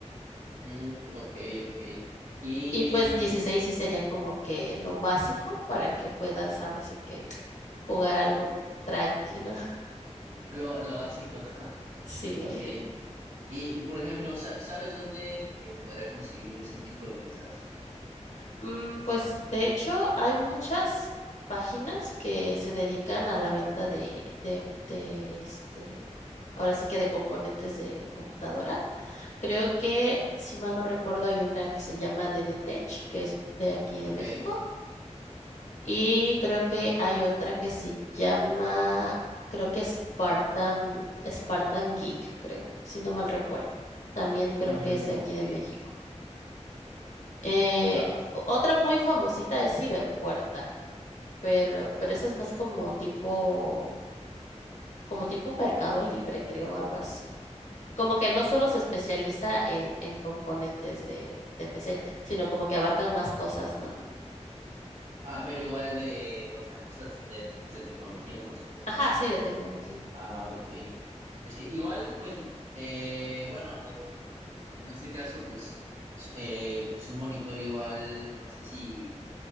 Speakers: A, on the right (about 75°); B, on the left (about 75°).
A: Mm, ok, ok. Y
B: Y pues 16 sí sería como que lo básico para que puedas ahora sí que jugar algo tranquilo.
A: lo, lo básico. <laughs>
B: Sí,
A: Ok.
B: <laughs>
A: Y, y, por ejemplo, sa- ¿sabes dónde eh, podrá conseguir ese tipo de piezas?
B: Mm, pues de hecho hay muchas páginas que se dedican a la venta de, de, de este, ahora sí que de componentes de computadora. Creo que, si mal no recuerdo, hay una que se llama DDTech, que es de aquí
A: Ok.
B: de México, y creo que hay otra que se llama, creo que Spartan, Spartan Geek, creo, si no mal recuerdo. También creo
A: Mm,
B: que es de
A: ok,
B: aquí de México.
A: ok.
B: Eh,
A: Ah,
B: otra muy famosita es Ciberpuerta, pero, pero esa es más como tipo, como tipo Mercado Libre, creo, algo así. Como que no solo se especializa en, en componentes de, de PC, sino como que abarcan más cosas, ¿no?
A: ah, pero igual de, o sea, cosas de, pues de tecnología, ¿no? Supongo.
B: Ajá, sí, de tecnología.
A: Ah, ok. Es que igual, pues, eh, bueno, eh, en este caso, pues, s- eh, pues un monitor igual, no sé si